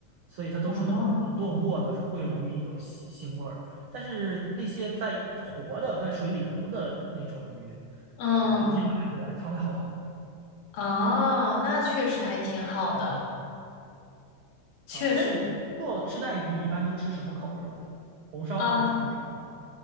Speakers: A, on the right; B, on the left.
A: 所以它都是冷冷冻过的，
B: 哦，
A: 会容易有腥腥味儿。但是那些在活的、在水里游的那种鱼，
B: 嗯，
A: 啊，我们直接买回来，它会好很多
B: 哦，那确实还挺好的，确实是
A: 啊。那你做吃带鱼，你一般都吃什么口味儿的？红烧的还是油炸的？
B: 啊，